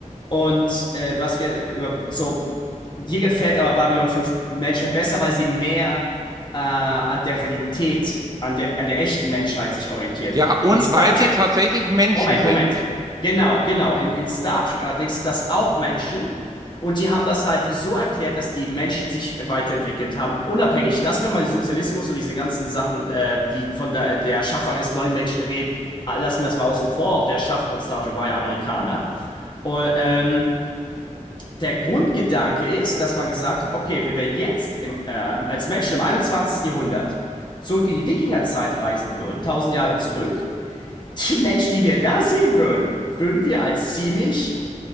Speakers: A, on the left (about 35°); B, on the right (about 30°).
A: und äh, was wir über so, dir gefällt aber Babylon fünf Menschheit besser, weil sie mehr äh, an der Realität, an der, an der echten Menschheit sich orientiert.
B: Ja, und
A: In Star
B: weil
A: Trek
B: sie tatsächlich Menschen
A: Moment,
B: sind.
A: Moment. Genau, genau. In, in Star Trek allerdings sind das auch Menschen und die haben das halt so erklärt, dass die Menschen sich weiterentwickelt haben. Unabhängig, lassen wir mal den Sozialismus und diese ganzen Sachen, äh, die von der, der Erschaffung eines neuen Menschen reden, äh, lassen wir das mal außen vor. Auch der Erschaffer von Star Trek war ja Amerikaner. Und, ähm, der Grundgedanke ist, dass man gesagt hat, okay, wenn wir jetzt im, äh, als Menschen im einundzwanzigsten Jahrhundert zurück in die Wikingerzeit reisen würden, tausend Jahre zurück, die Menschen, die wir da sehen würden, würden wir als ziemlich